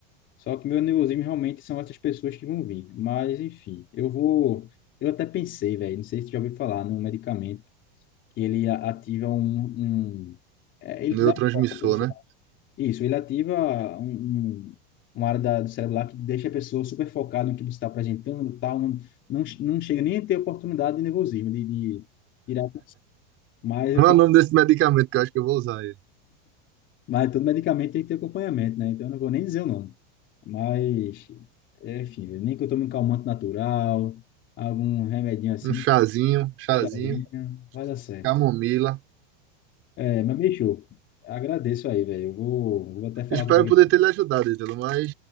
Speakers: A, on the left (about 30°); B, on the right (about 40°).
A: Só que meu nervosismo realmente são essas pessoas que vão vir. Mas, enfim, eu vou. Eu até pensei, velho, não sei se tu já ouviu falar num medicamento que ele a- ativa um. um- é, ele
B: Neurotransmissor,
A: dá um foco à pessoa.
B: né?
A: Isso, ele ativa um, um- uma área da- do cérebro lá que deixa a pessoa super focada no que você está apresentando, tal. Não, não, não chega nem a ter oportunidade de nervosismo, de, de tirar. Mas
B: Como
A: eu fico.
B: é o nome desse medicamento que eu acho que eu vou usar ele?
A: Mas todo medicamento tem que ter acompanhamento, né? Então eu não vou nem dizer o nome. Mas, é, enfim, nem que eu tome um calmante natural, algum remedinho assim,
B: Um chazinho,
A: um
B: chazinho,
A: chazinho, vai dar certo.
B: camomila.
A: É, mas bicho, agradeço aí, velho. Eu vou, vou até falar
B: Espero
A: comigo.
B: poder ter lhe ajudado, Ítalo, mas